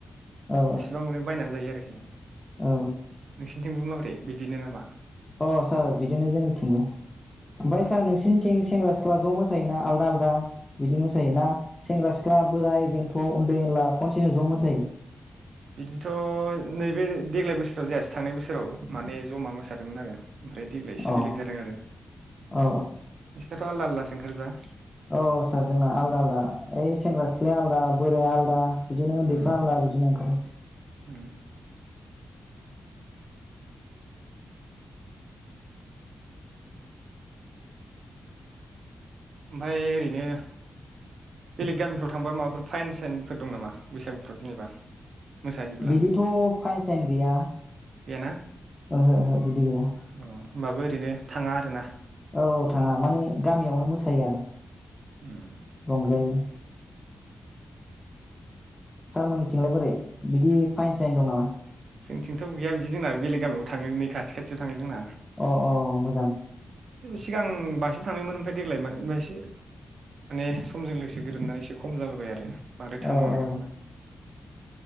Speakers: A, on the left; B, on the right.
A: औ
B: बेसेबां मोनो बायनानै जायो आरोखि। दे
A: औ
B: नोंसिनिथिंबो माबो दे बिदिनो नामा?
A: अ सार बिदिनो जोंनिथिंबो। ओमफाय
B: उम
A: सार नोंसिनिथिं सेंग्रा सि ख्ला ज मोसायोना आलदा आलदा बिदि मोसायोना सेंग्रा सिख्ला बोराय बेनिफ्राय थ' उन्दै उनला खनसेनो ज' मोसायो।
B: बिदिथ' नैबे देग्लाय बोसोराव जायासै थांनाय बोसोराव माने जमा मोसादोंमोन आरो ओमफ्राय देग्लाय एसे
A: औ
B: बेलेग जादों आरो नोंसिनाथ'
A: औ
B: आलदा आलदा ओंखारोबा
A: औ सार जोंना आलदा आलदा ओइ सेंग्रा सिख्लाया आलदा बोराया आलदा बिदिनो उन्दैफ्रा
B: उम
A: आलदा बिदिनो ओंखारो।
B: उम ओमफाय ओरैनो बेलेग गामिफ्राव थांबा माबाफोर फाइन साइनफोर दं नामा बैसागुफ्राव जेनेबा? मोसाहैयोब्ला
A: बिदिथ फाइन साइन गैया
B: गैयाना
A: ओहो ओहो बिदि गैया
B: अ होमबाबो ओरैनो थाङा आरो ना।
A: औ औ थाङा माने गामियावनो मोसायो आरो।
B: उम
A: रंजायो। सारमोननिथिंलाय बोरै बिदि फाइन साइन दं नामा?
B: जोंथिंथ' गैया बिदि जोंना बेलेग गामियाव थाङो नै खाथि खाथियाव थाङो जोंना
A: अ अ मोजां।
B: सिगां बांसिन थांनायमोन ओमफ्राय देग्लाय मान ओमफ्राय माने समजों लोगोसे गोरोबनानै एसे खम जाबोबाय आरो। बांद्राय थांबांनायखौ
A: औ औ
B: नुला।